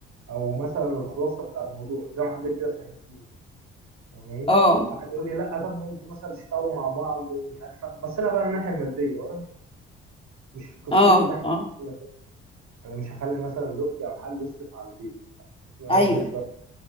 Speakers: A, on the right; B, on the left.
A: او مثلا الخلاصه بتاع الموضوع زي ما حضرتك كده فهمتني تمام
B: اه
A: قعد يقول لي لا طب ما انتوا مثلا تشتغلوا مع بعض ومش عارف بص لها بقى من الناحيه الماديه وانا مش مش قصتي
B: اه
A: الناحيه
B: اه
A: الماديه خالص. انا مش هخلي مثلا زوجتي او حد يصرف على البيت يبقى
B: ايوه
A: انا ماليش دعوه